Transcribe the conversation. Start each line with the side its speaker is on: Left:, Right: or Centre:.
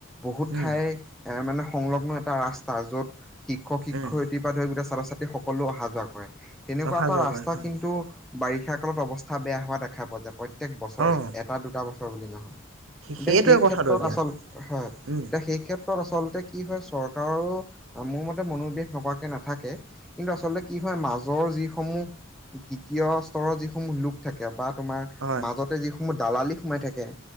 Centre: বহুত
Right: অঁ
Centre: ঠাই
Right: উম
Centre: এ, মানে সংলগ্ন এটা ৰাস্তা, য'ত শিক্ষক- শিক্ষয়ত্ৰী
Right: উম
Centre: <unintelligible> গোটেই ছাত্ৰ-ছাত্ৰী অহা-যোৱা কৰে, তেনেকুৱা
Right: অহা
Centre: এটা
Right: যোৱা
Centre: ৰাস্তা
Right: কৰে হয়
Centre: কিন্তু বাৰিষা কালত অৱস্থা বেয়া হোৱা দেখা পোৱা যায়, প্ৰত্যেক বছৰে,
Right: অঁ
Centre: এটা-দুটা বছৰ বুলি নহয়।
Right: সেইটোৱে
Centre: তে সেই
Right: কথাটো
Centre: ক্ষেত্ৰত
Right: এতিয়া
Centre: আচল, হয়,
Right: উম
Centre: এতিয়া সেই ক্ষেত্ৰ ত আচলতে কি হয়, চৰকাৰৰো মোৰ মতে মনোনিৱেশ নকৰাকে নাথাকে! কিন্তু, আচলতে কি হয়, মাজৰ যিসমূহ দ্বিতীয় স্তৰৰ যিসমূহ লোক থাকে, বা তোমাৰ
Right: হয়
Centre: মাজতে যিসমূহ দালালি সোমাই থাকে